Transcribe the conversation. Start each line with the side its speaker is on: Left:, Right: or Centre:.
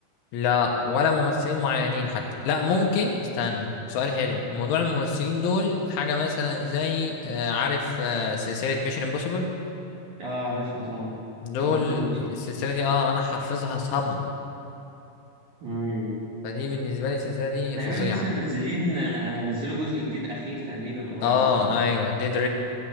Left: لا ولا ممثلين معينين حتى لا ممكن استنى سؤال حلو موضوع الممثلين دول حاجة مثلا زي آه، عارف آه، سلسلة ميشن امبوسيبل
Right: اه عارفها طبعا
Left: دول
Right: توم كروز
Left: السلسلة دي اه أنا حافظها صم
Right: امم
Left: فدي بالنسبة لي السلسلة دي
Right: تقريبا
Left: فظيعة
Right: لسه نازلين آه، هينزلوا جزء جديد اخير تقريبا قريب
Left: اه
Right: صح
Left: ايوه ديد